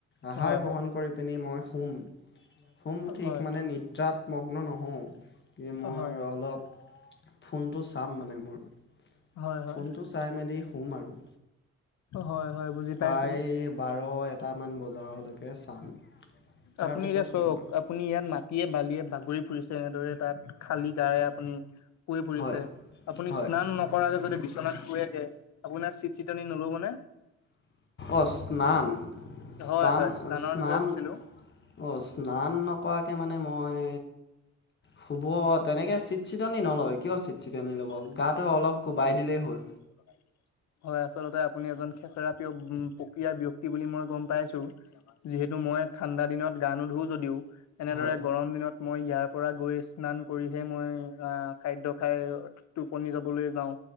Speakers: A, on the left; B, on the left.
A: আহাৰ
B: হয়
A: গ্ৰহণ
B: হয়
A: কৰি কৰি মই শুম, শুম ঠিক
B: হয়
A: মানে নিদ্ৰাত মগ্ন নহওঁ কি মোৰ
B: হয়
A: অলপ ফোনটো চাম মানে মোৰ
B: হয় হয়
A: ফোনটো চাই মেলি শুম আৰু।
B: হয়, হয়। বুজি পাইছো
A: প্ৰায় বাৰ এটামান বজালৈকে চাম তাৰপিছত
B: আপুনি এতিয়া চাওক
A: শুম আৰু।
B: আপুনি ইয়াত মাটিয়ে-বালিয়ে বাগৰি ফুৰিছে এনেদৰে তাত খালি গায় আপুনি শুই ফুৰিছে
A: হয়
B: আপুনি
A: হয়
B: স্নান নকৰাকে যদি বিচনাত শুৱে গে আপোনাৰ চিট-চিতনি নল'ব নে?
A: অ' স্নান,
B: হয়
A: স্নান,
B: হয় স্নানৰ
A: স্নান।
B: বিষয়ে কৈছিলো
A: অ', স্নান নকৰাকৈ মানে মই। শুব তেনেকৈ চিট-চটনি নলয়, কিয় চিট-চটনি ল'ব গাটো অলপ কোবাই দিলেই হ'ল।
B: <inaudible> হয় আচলতে <unintelligible> আপুনি এজন খেচৰা প্ৰিয় প্ৰক্ৰিয়াৰ ব্যক্তি বুলি মই গম পাইছো। যিহেতু মই ঠাণ্ডা দিনত গা নোধো যদিও এনেদৰে
A: হয়
B: গৰম দিনত মই ইয়াৰ পৰা গৈ আছো। স্নান কৰিহে মই আহ, খাদ্য খাই টোপনি যাবলৈ যাওঁ।